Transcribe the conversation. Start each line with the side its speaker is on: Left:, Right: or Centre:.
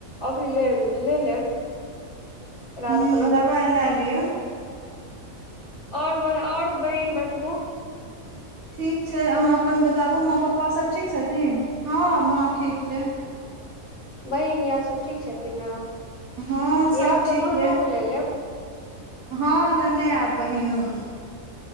Left: अभी ले ले लेब रात
Right: हुँ
Left: खुना
Right: दबा लैलिय
Left: ओर ब ओर बहिन बतबू
Right: ठीक छै अहाँ अपन बताबू माँ पप्पासभ ठीक छथिन हँ माँ ठीक छै
Left: बहिन यार सब ठीक छथिन आएब
Right: हँ सब ठीक
Left: तऽ बहिनोके
Right: ये
Left: ले लेब
Right: हँ नेने आयब बहिनोके